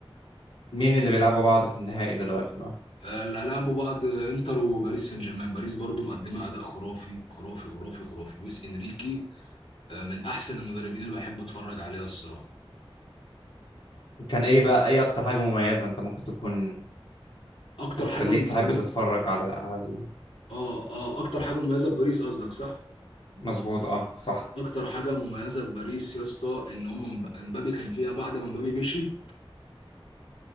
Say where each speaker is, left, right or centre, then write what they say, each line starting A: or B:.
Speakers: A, on the left (about 60°); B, on the left (about 80°).
A: مين اللي بيلعبوا بعض في النهائي دلوقتي بقى
B: آه، لا لعبوا بعض انتر وباريس سان جيرمان باريس برضو مقدمه اداء خرافي خرافي خرافي خرافي لويس انريكي آه، من احسن المدربين اللي بحب اتفرج عليها الصراحه
A: وكان إيه بقى إيه أكتر حاجة مميزة أنت ممكن تكون
B: اكتر
A: بتخليك
B: حاجه مميزه
A: تحب تتفرج على على ال-
B: اه اه اكتر حاجه مميزه في باريس قصدك صح
A: مظبوط أه صح
B: اكتر حاجه مميزه في باريس يا اسطى ان هم امبابي كان فيها بعد ما امبابي مشي